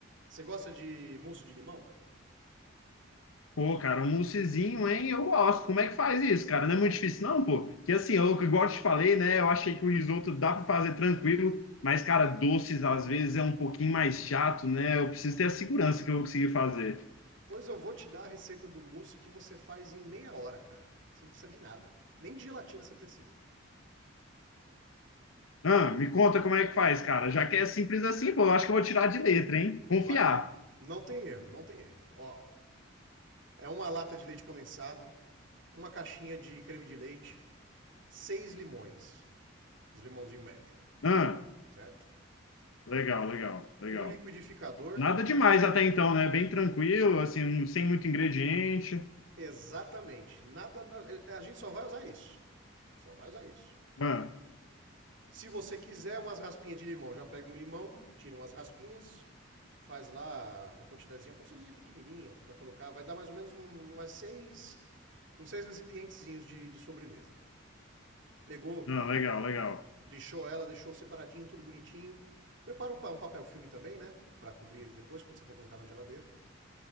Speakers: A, on the right; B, on the left.
A: Você gosta de mousse de limão?
B: Pô, cara, um moussezinho, hein? Eu gosto. Como é que faz isso, cara? Não é muito difícil, não, pô. Que assim, eu igual eu te falei, né? Eu achei que o risoto dá para fazer tranquilo, mas, cara, doces às vezes é um pouquinho mais chato, né? Eu preciso ter a segurança que eu vou conseguir fazer.
A: Pois eu vou te dar a receita do mousse que você faz em meia hora, cara. Você não precisa de nada. Nem de gelatina você precisa.
B: Ah, me conta como é que faz, cara. Já que é simples assim, pô, eu acho que eu vou tirar de letra, hein? Confiar.
A: Vai. Não tem erro, não tem erro. Ó, é uma lata de leite condensado, uma caixinha de creme de leite, seis limões, os limãozinhos médio,
B: Ah,
A: certo?
B: legal, legal, legal.
A: Um liquidificador
B: Nada demais até então, né? Bem tranquilo, assim, sem muito ingrediente.
A: Exatamente. Nada, a gente só vai usar isso. Só vai usar isso.
B: Ah,
A: Se você quiser umas raspinhas de limão, já pega um limão, tira umas raspinhas, faz lá uma quantidadezinha, uma porçãozinha pequenininha para colocar, vai dar mais ou menos um- umas seis, uns seis recipientezinhos de, de sobremesa. Pegou,
B: não, legal, legal.
A: lixou ela, deixou separadinho, tudo bonitinho. Prepara um, um papel filme também, né, para cobrir ele depois quando você for colocar na geladeira.